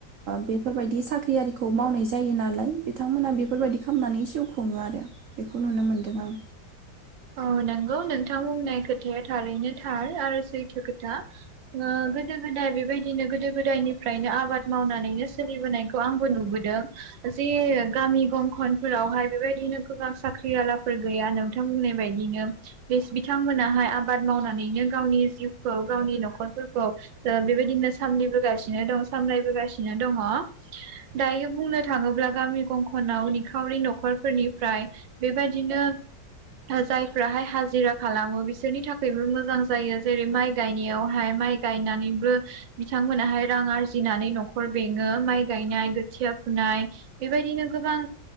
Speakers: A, on the right; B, on the right.
A: बेफोरबायदि साख्रि आरिखौ मावनाय जायो नालाय बिथांमोना बेफोरबायदि खालामनानै जिउ खुङो आरो बेखौ नुनो मोनदों आं
B: औ नंगौ नोंथां बुंनाय खोथाया थारैनो थार आरो सैथो खोथा ओ गोदो गोदाय बेबायदिनो गोदो गोदायनिफ्रायनो आबाद मावनानैनो सोलिबोनायखौ आंबो नुबोदों जे गामि गंखनफोरावहाय बेफोरबायदिनो गोबां साख्रि आलाफोर गैया नोंथां बुंनाय बेबायदिनो बेस बिथांमोनाहाय आबाद मावनानैनो गावनि जिउखौ गावनि नखरफोरखौ ओ बेबायदिनो सामलिबोगासिनो दं सामलायबोगासिनो दङ दायो बुंनो थाङोब्ला गामि गंखनाव निखावरि नखरफोरनिफ्राय बेबायदिनो जायफ्राहाय हाजिरा खालामो बिसोरनि थाखायबो मोजां जायो जेरै माइ गायनायावहाय माइ गायनानैबो बिथांमोनाहाय रां आरजिनानै नखर बेङो माइ गायनाय खोथिया फुनाय बेबायदिनो गोबां